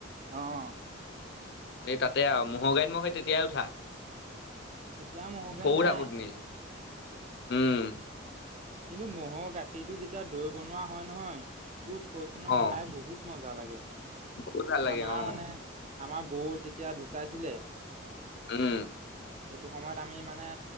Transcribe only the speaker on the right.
অহ
এতিয়া মহগাড়ী
নাই
কিন্তু মহ'ৰ গাখীৰটো যেতিয়া দৈ বনোৱা হয় নহয় তোক কৈছো নহয়
খাই বহুত মজা লাগে
আমাৰ
মানে আমাৰ বৌ যেতিয়া ঢুকাইছিলে
সেইটো সময়ত আমি মানে